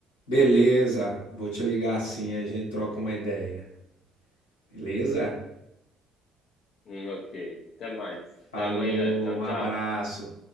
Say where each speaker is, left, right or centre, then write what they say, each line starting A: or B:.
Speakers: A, on the left (about 85°); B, on the left (about 55°).
A: Beleza, vou te ligar assim, a gente troca uma ideia. Beleza?
B: Hum, ok. Até mais.
A: Falou,
B: Até amanhã. Tchau,
A: um
B: tchau.
A: abraço.